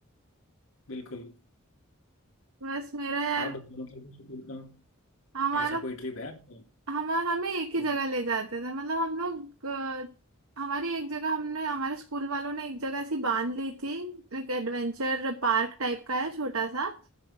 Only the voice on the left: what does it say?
बिल्कुल
आप बताओ मतलब स्कूल का
ऐसा कोई ट्रिप है आपका
तो